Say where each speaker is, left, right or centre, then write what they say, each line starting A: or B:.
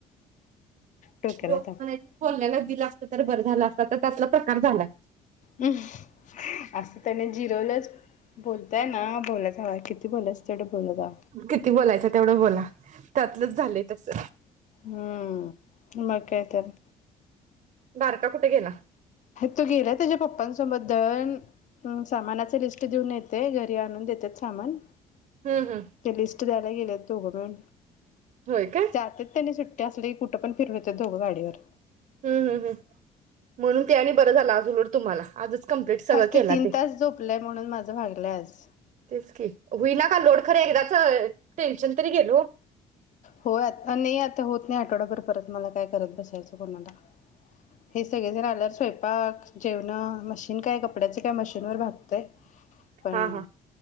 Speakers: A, on the left; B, on the right.
A: डोक्याला
B: लोक
A: ताप
B: म्हणायची बोलल्याला दिल बरं झालं असता तर त्यातला प्रकार झालाय.
A: हम् असं त्याने झिरवलच बोल त्या अ ना बोलायच हव किती बोलायच तेवढं बोलत जा
B: किती बोलायचं तेवढं बोला त्यातलंच झालंय तस
A: हम्म मग कायतर
B: बारका कुठ गेला
A: तो गेला त्यांच्या पप्पा सोबत दळण सामानाचे लिस्ट देऊन येते घरी आणून देतेत सामान
B: हम्म हम्म
A: ते लिस्ट द्याय व्हय गेलेत दोघं मिळून
B: होय काय
A: जातेत त्यांनी सु ते असूदे कुठं पण फिरून येत्यात दोघं गाडीवर
B: हम्म हम्म हम्म म्हणून ते आणि बरं झालं आज उलट तुम्हाला आजच कंप्लीट सगळ
A: आज
B: केला
A: तीन
B: ते
A: तास झोपलंय म्हणून माझं भागलंय आज.
B: तेच की होइना काल लोड खर एकदाच टेन्शन तरी गेल वो
A: होय आत्ता नाय आता होत नाही आठवडाभर परत काय करत बसायचं कोणाला हे सगळ जण आल्यावर स्वयंपाक जेवण मशीन काय कपड्याची काय मशीनवर होतय पण
B: हा हा